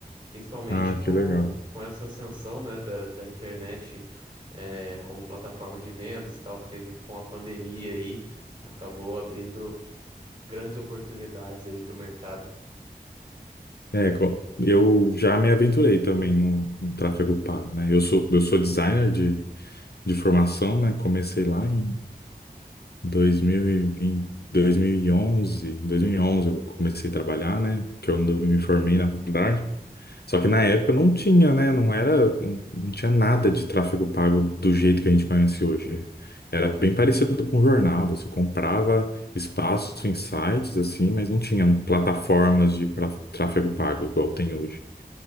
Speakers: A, on the right; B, on the left.
A: principalmente
B: Ah,
A: com,
B: que legal.
A: com essa ascensão, né, da, da internet, é, como plataforma de vendas e tal, que teve com a pandemia aí, acabou abrindo grandes oportunidades aí para o mercado.
B: É, co- eu já me aventurei também no, no tráfego pago, né? Eu sou, eu sou designer de, de formação, né? Comecei lá em dois dois dois mil mil e e onze, dois mil e onze, eu comecei a trabalhar, né? Que eu não me formei na faculdade. Só que na época não tinha, né? Não era, não, não tinha nada de tráfego pago do jeito que a gente conhece hoje. Era bem parecido com jornal, você comprava espaço em sites assim, mas não tinham plataformas de pra- tráfego pago igual tem hoje.